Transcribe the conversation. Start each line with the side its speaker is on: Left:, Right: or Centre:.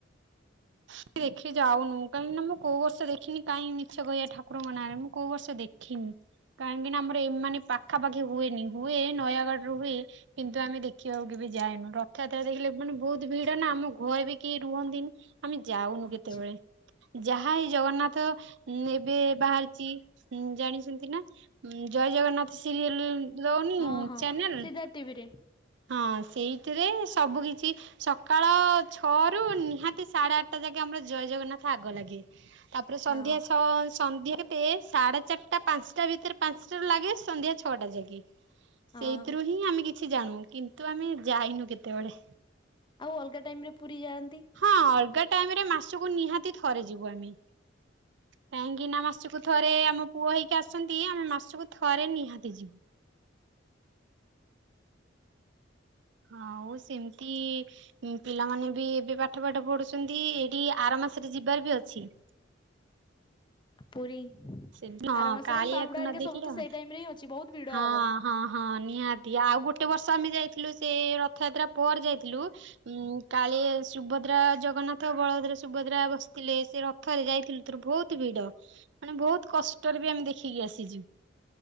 Right: ସେ ଦେଖି ଯାଉନୁ କାହିଁକି ନା ମୁଁଉ ବର୍ଷ ଦେଖିନି କାହିଁକି ମିଛ କହିବା ଠାକୁଙ୍କ ନାଁ ମୁଁଉ ବର୍ଷ ଦେଖି ଦେଖିନି କାହିଁକି ନା ଆମର ଏମାନେ ପାଖାପାଖି ହୁଏନି ହୁଏ ନୟାଗଡ଼ ରୁ ହୁଏ କିନ୍ତୁ ଆମେ ଦେଖିବାକୁ ବି ଯାଇନୁ ରଥଯାତ୍ରା ଦେଖିଲେ ମାନେ ବହୁତ ଭିଡ ନା ଆମ ଘରେ ବି କେହି ରୁହନ୍ତିନି। ଆମେ ଯାଉନୁ
Left: ଆଚ୍ଛା।
Right: କେତେବେଳେ। ଯାହା ଏହି ଜଗନ୍ନାଥ ଏବେ ବାହାରିଛି ଜାଣିଛନ୍ତି ନା। ଜୟ ଜଗନ୍ନାଥ ସିରିଏଲ ଦଉନି
Left: ହଁ ହଁ
Right: ଚ୍ୟାନେଲ।
Left: ସିଧା ଟିଭିରେ।
Right: ହଁ ସେଇଥିରେ ସବୁ କିଛି ସକାଳ ଛଅ ରୁ ନିହାତି ସାଢେ ଆଠଟା ଯାଗକେ ଆମର ଜୟ ଜଗନ୍ନାଥ ଆଗ ଲାଗେ ତାପରେ ସନ୍ଧ୍ୟା
Left: ହଁ।
Right: ଛଅ ସନ୍ଧ୍ୟା ଟେ ସାଢେ ଚାରିଟା ପାଞ୍ଚଟା ଭିତରେ ପାଞ୍ଚଟାରୁ ଲାଗେ ସନ୍ଧ୍ୟା ଛଅଟା ଯାକେ।
Left: ହଁ
Right: ସେଇଥିରୁ ହିଁ ଆମେ କିଛି ଜାଣୁ କିନ୍ତୁ ଆମେ ଯାଇନୁ କେତେବେଳେ।
Left: ଆଉ ଅଲଗା ଟାଇମ ରେ ପୁରୀ ଯାଆନ୍ତି?
Right: ହଁ ଅଲଗା ଟାଇମ ରେ ମାସକୁ ନିହାତି ଥରେ ଯିବୁ ଆମେ। କାହିଁକି ନା ମାସକୁ ଥରେ ଆମ ପୁଅ ହେଇକି ଆସନ୍ତି ଆମେ ମାସକୁ ଥରେ ନିହାତି ଯିବୁ। ହଉ ସେମିତି ଉଁ ପିଲାମାନେ ବି ଏବେ ପାଠ ପାଠ ପଢୁଛନ୍ତି ଏଇଠି ଆର ମାସରେ ଯିବାର ବି ଅଛି।
Left: ପୁରୀ,
Right: ସେମିତି ହଁ
Left: ଆର ମାସରେ
Right: କାଳିଆକୁ
Left: ହିଁ ବାହୁଡା
Right: ନ
Left: ହେରିକା
Right: ଦେଖିଲେ
Left: ସବୁ ତ
Right: ହବନି।
Left: ସେଇ ଟାଇମ ରେ ହଁ ଅଛି। ବହୁତ ଭିଡ
Right: ହଁ
Left: ହବ।
Right: ହଁ ହଁ ନିହାତି। ଆଉ ଗୋଟେ ବର୍ଷ ଆମେ ଯାଇଥିଲୁ ସେ ରଥଯାତ୍ରା ପରେ ଯାଇଥିଲୁ ଉଁ କାଳେ- ସୁଭଦ୍ରା, ଜଗନ୍ନାଥ, ବଳଭଦ୍ର, ସୁଭଦ୍ରା ବସିଥିଲେ ସେ ରଥରେ ଯାଇଥିଲେୁ ଥର ବହୁତ ଭିଡ। ମାନେ ବହୁତ କଷ୍ଟରେ ବି ଆମେ ଦେଖିକି ଆସିଛୁ।